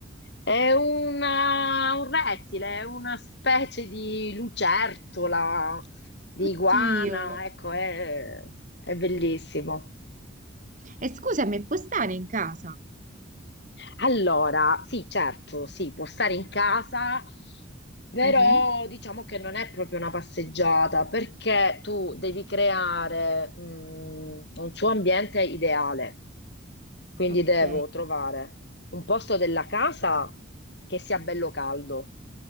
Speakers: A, on the left; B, on the right.
A: È una- un rettile, è una specie di lucertola, di
B: Oddio.
A: iguana, ecco, è, è bellissimo.
B: E scusami, può stare in casa?
A: Allora, sì, certo, sì, può stare in casa, però
B: Mhm.
A: diciamo che non è proprio una passeggiata perché tu devi creare, mm, un suo ambiente ideale. Quindi
B: Ok.
A: devo trovare un posto della casa che sia bello caldo,